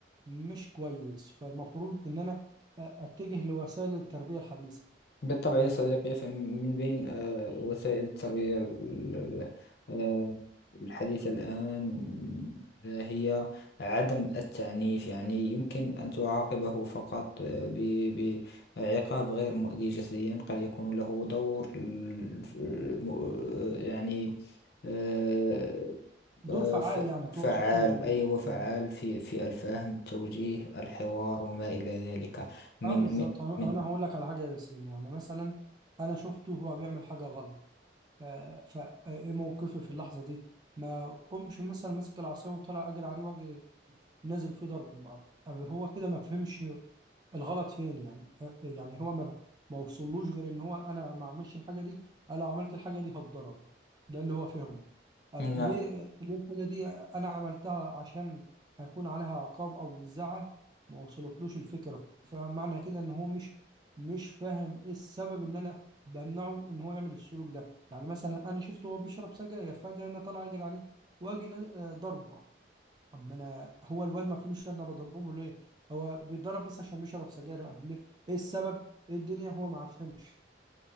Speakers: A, on the right; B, on the left.
A: مش كويس فالمفروض ان انا اتجه لوسائل التربيه الحديثه
B: بالطبع يا صديقي فمن بين آه، وسائل التربية ال- ال- آه، الحديثة الآن آه، هي عدم التعنيف يعني يمكن أن تعاقبه فقط آه، ب- بعقاب غير مؤذي جسديا قد يكون له دور ال- ف- م- يعني آه،
A: دور
B: آه،
A: فعال
B: ف-
A: يعني تقصد
B: فعال
A: كده يعني
B: أيوة فعال
A: اه
B: في في الفهم التوجيه الحوار وما إلى ذلك من
A: آه، بالظبط
B: من
A: انا
B: من
A: أنا هقول لك على حاجه يا ياسين يعني مثلا انا شفته وهو بيعمل حاجه غلط آه، فايه موقفي في اللحظه دي ما قومش مثلا ماسك العصايه وطلع اجري عليه واجي نازل فيه ضرب أب- هو كده ما فهمش الغلط فين يعني آه، يعني هو ما ما وصلوش غير ان هو انا ما اعملش الحاجه دي انا لو عملت الحاجه دي هتضرب ده اللي هو فهمه طب
B: نعم.
A: ليه ليه الحاجه دي انا عملتها عشان هيكون عليها عقاب او بالزعل ما وصلتلوش الفكره فمعنى كده ان هو مش مش فاهم ايه السبب ان انا بمنعه ان هو يعمل السلوك ده يعني مثلا انا شفته وهو بيشرب سجاير فجاه انا طالع اجري عليه واجي نا- آه، ضربه طب ما انا هو الواد ما فهمش انا بضربه ليه هو بيتضرب بس عشان بيشرب سجاير قبل ليه ايه السبب ايه الدنيا هو ما فهمش